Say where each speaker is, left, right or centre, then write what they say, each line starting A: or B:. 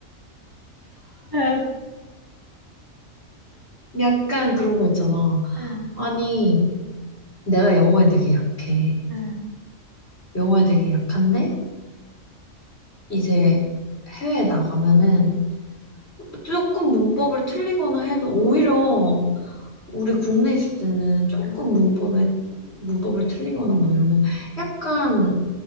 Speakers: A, on the right (about 15°); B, on the left (about 50°).
A: 응
B: 약간 그런 거 있잖아.
A: 응,
B: 아니, 내가 영어에 되게 약해.
A: 응,
B: 영어에 되게 약한데? 이제 해외에 나가면은 조금 문법을 틀리거나 해도 오히려 우리 국내 있을 때는 조금
A: 응.
B: 문법에 문법을 틀리거나 뭐 이러면 약간